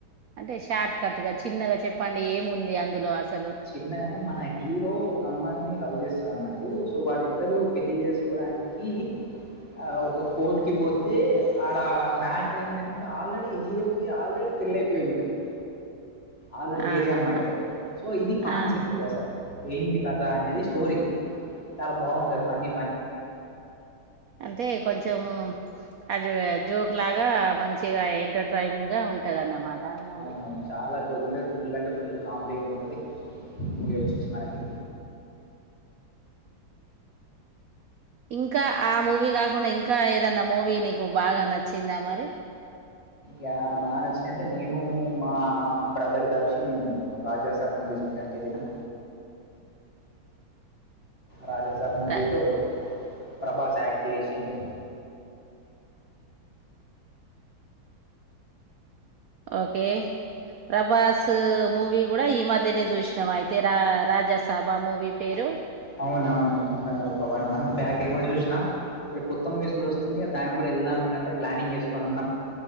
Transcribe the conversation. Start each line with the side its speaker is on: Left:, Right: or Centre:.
Right: అంటే షార్ట్ కట్ గా చిన్నగా చెప్పండి ఏం ఉంది అందులో అసలు?
Left: చిన్నగా అంటే మన హీరో ఒక అమ్మాయిని లవ్ చేస్తరు అన్నట్టు సో వాళ్ళిద్దరూ పెళ్లి జేసుకోవడానికి ఆహ్ ఒక కోర్ట్కి పోతే ఆడ మ్యాటర్ ఏందంటే ఆల్రెడీ హీరోకి ఆల్రెడీ పెళ్ళయిపోయి ఉంటది ఆల్రెడీ వేరే
Right: ఆహాహా!
Left: అమ్మాయితో సో ఇది కాన్సెప్ట్
Right: ఆ!
Left: అసలు ఏంది కథ అనేది స్టోరీ చాలా బాగుంటుంది ఫన్నీ
Right: బాగుంటది ఫన్నీ ఫన్నీగా అంటే కొంచెం చము అది జోక్ లాగా మంచిగా ఎంటర్టైంగా ఉంటది అన్నమాట ఆ మూవీ
Left: అవునవును చాలా జోక్ ఉంటే ఫుల్ అంటే ఫుల్ కామెడీగా ఉంటది మూవీ వచ్చేసి మనకి
Right: ఇంకా ఆ మూవీ కాకుండా ఇంకా ఏదన్నా మూవీ నీకు బాగా నచ్చిందా మరీ
Left: యా బాగా నచ్చినట్టే నేను మా బ్రదర్ కలిసి మేము రాజాసాబ్ మూవీ చూడ్డానికి వెళ్ళినం రాజా సాబ్ మూవీలో
Right: రా-
Left: ప్రభాస్ యాక్ట్ జేసిండు
Right: ఓకే ప్రభాసు మూవీ కూడా ఈ మధ్యనే చూసినాం అయితే రా రాజాసాభా మూవీ పేరు
Left: అవునౌను వన్ మంత్ బ్యాక్ ఏమో చూసినా కొత్త మూవీస్ కూడా వస్తున్నాయి దానికి కూడా వెళ్దాం అన్నట్టే ప్లానింగ్ వేసుకొని ఉన్నాం